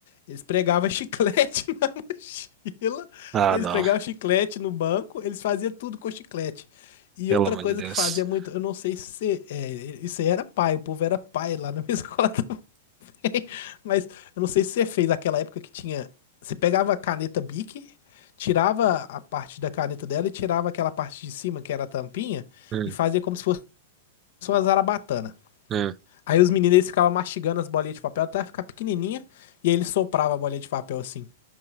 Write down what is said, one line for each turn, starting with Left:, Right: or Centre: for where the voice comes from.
Left: Eles pregavam chiclete <laughs> na mochila,
Right: Ah,
Left: eles
Right: não.
Left: pregavam chiclete no banco, eles faziam tudo com chiclete. E
Right: Pelo
Left: outra
Right: amor
Left: coisa
Right: de Deus.
Left: que fazia muito, eu não sei se é, isso aí era pai, o povo era pai lá na minha <laughs> escola <laughs> Mas eu não sei se você fez aquela época que tinha. Você pegava a caneta Bic, tirava a parte da caneta dela e tirava aquela parte de cima, que era a tampinha,
Right: Hum,
Left: e fazia como se fosse uma zarabatana.
Right: hum.
Left: Aí os meninos eles ficavam mastigando as bolinhas de papel até ficar pequenininha, e aí eles sopravam a bolinha de papel assim.